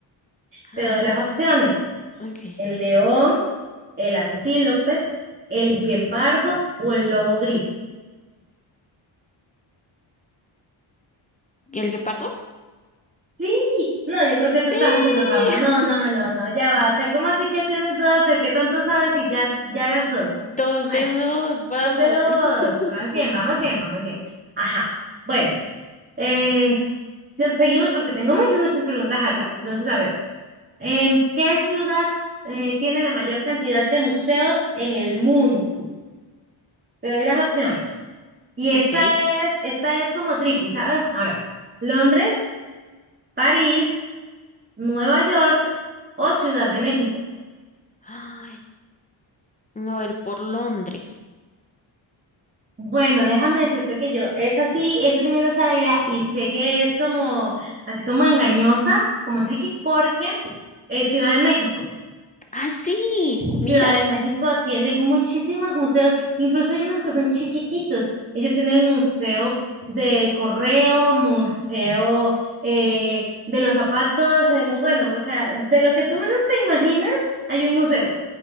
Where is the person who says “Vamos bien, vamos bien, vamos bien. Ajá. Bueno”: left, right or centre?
Right